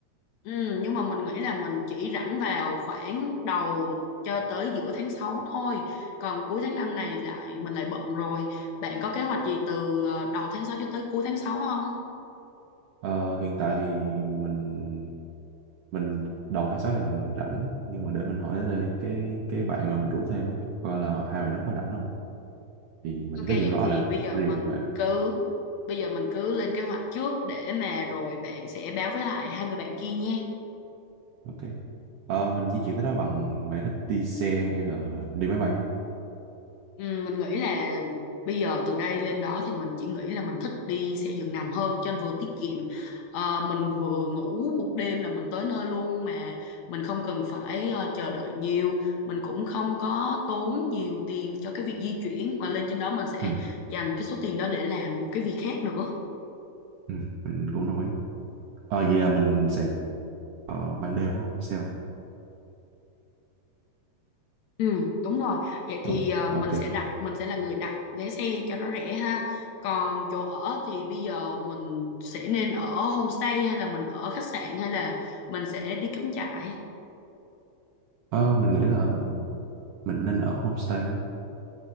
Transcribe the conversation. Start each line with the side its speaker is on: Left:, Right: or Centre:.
Left: Ừ, nhưng mà mình nghĩ là mình chỉ rảnh vào khoảng đầu cho tới giữa tháng 6 thôi. Còn cuối tháng 5 này lại mình lại bận rồi. Bạn có kế hoạch gì từ ờ, đầu tháng 6 cho tới cuối tháng 6 không?
Right: Ờ, hiện tại thì mình mình đầu tháng 6 thì mình rảnh nhưng mà để mình hỏi đây cái cái bạn mà mình rủ thêm á coi là hai bạn nó có rảnh không thì mình
Left: Ok
Right: có
Left: vậy
Right: gì mình nói
Left: thì
Right: là
Left: bây giờ
Right: riêng
Left: mình
Right: bạn nữa.
Left: cứ bây giờ mình cứ lên kế hoạch trước để mà rồi bạn sẽ báo với lại hai người bạn kia nha.
Right: ok ờ, mình di chuyển tới đó bằng bạn thích đi xe hay là đi máy bay á
Left: Ừ, mình nghĩ là bây giờ từ đây lên đó thì mình chỉ nghĩ là mình thích đi xe giường nằm hơn cho nên vừa tiết kiệm Ờ, mình vừa ngủ một đêm là mình tới nơi luôn mà mình không cần phải ờ, chờ đợi nhiều mình cũng không có tốn nhiều tiền cho cái việc di chuyển và lên trên đó mình sẽ
Right: ừ,
Left: dành cái số tiền đó để làm một cái việc khác nữa
Right: ừ, mình cũng đồng ý ờ, vậy là mình sẽ ở ban đêm đúng không xe
Left: Ừ, đúng rồi. Vậy
Right: Ồ,
Left: thì ờ,
Right: ok
Left: mình sẽ đặt mình sẽ là người đặt vé xe cho nó rẻ ha. Còn chỗ ở thì bây giờ mình sẽ nên ở homestay hay là mình ở khách sạn hay là mình sẽ đi cắm trại?
Right: ờ, mình nghĩ là mình nên ở homestay